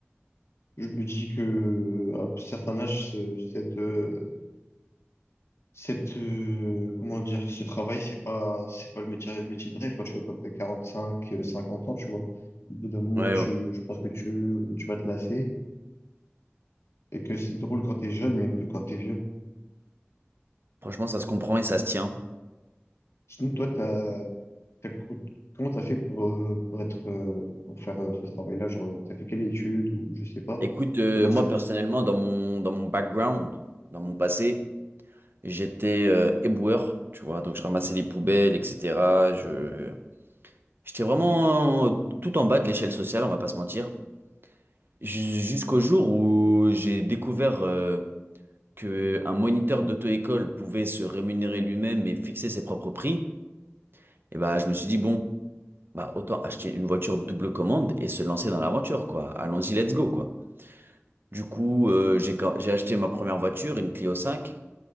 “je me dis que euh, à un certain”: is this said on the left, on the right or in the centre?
Left